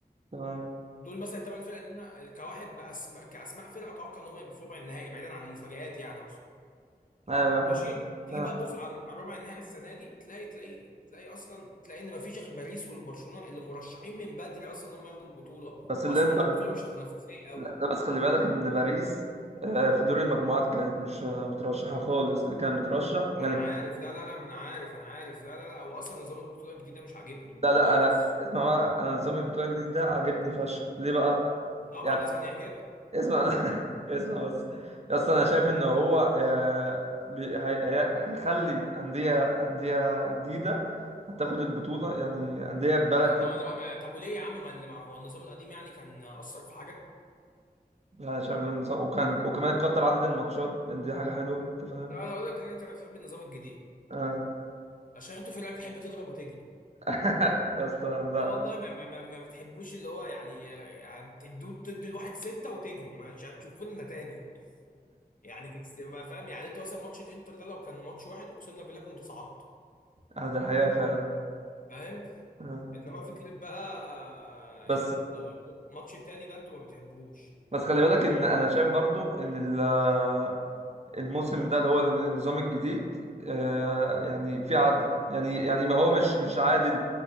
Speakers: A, on the right (about 40°); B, on the left (about 55°).
A: تمام
B: دول مثلا الثمان فرق اللي انا كواحد بأسماء كاسماء فرق اتوقع ان هم يبقوا في ربع النهائي بعيدا عن المفاجآت يعني اقصد
A: ايوه أيوة، فاهم
B: ماشي تيجي
A: تمام.
B: بقى تبص على على ربع النهائي السنه دي تلاقي تلاقي تلاقي اصلا تلاقي ان مفيش غير باريس وبرشلونه اللي مرشحين من بدري اصلا ان هم ياخدوا البطوله
A: بس الانتر
B: اقصد ان البطوله مش تنافسيه قوي
A: لا بس خلي بالك ان باريس آه، في دور المجموعات كانت مش آه، مترشحه خالص اللي كان مترشح
B: ما
A: يعني
B: انا عارف لا لا لا ما انا عارف انا عارف لا لا لا هو اصلا نظام البطوله الجديد ده مش عاجبني
A: لا لا
B: خالص
A: انا اسمع بقى انا نظام البطوله الجديد ده عاجبني فشخ ليه بقى
B: طبعا
A: يعني
B: لازم أن يعجبك
A: اسمع <laughs> لا اسمع بس اصل انا شايف ان هو آه، بي- هي- هي- هيخلي انديه انديه جديده هتاخد البطوله يعني انديه بقالها
B: لا
A: كتير
B: ما انا بقى ما... طب وليه يا عم ما اللي- ما هو النظام القديم يعني كان اثر في حاجه
A: يعني انا شايف النظام وكان وكمان قطر عدد الماتشات يعني دي حاجه حلوه انت فاهم
B: لا انا اقول لك إن انت بتحب النظام الجديد
A: آه.
B: عشان انتوا في اللعبه بتحب تضرب وتجري
A: <laughs> يا اسطى لا
B: اه والله ما, ما, ما ما بتحبوش اللي هو يعني آه، تدوا تدي الواحد ستة وتجروا مش هتشوفونا تاني <laughs> يعني تكس... ما فاهم يعني انتوا مثلا ماتش الانتر ده لو كان ماتش واحد اقسم لك بالله كنت صعدت
A: آه، دي حقيقة فعلا
B: فاهم
A: آه.
B: انما فكرة بقى آه،
A: بس
B: ان ماتش تاني ده انتوا ما بتحبوهوش
A: بس خلي بالك ان انا شايف برضو ان ال- آه، الموسم ده اللي هو النظام الجديد آه، يعني في عدل يعني يعني ما هو مش مش عادل